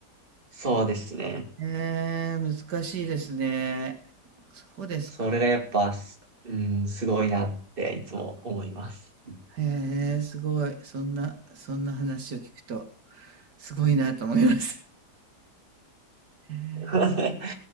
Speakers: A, on the right (about 30°); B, on the right (about 80°).
A: そうですね。
B: へえ、難しいですね。そうですか。
A: それがやっぱ、すうん、すごいなっていつも思います。
B: へえ、すごい。そんなそんな話を聞くと、すごいなと思います。へえ。
A: <laughs>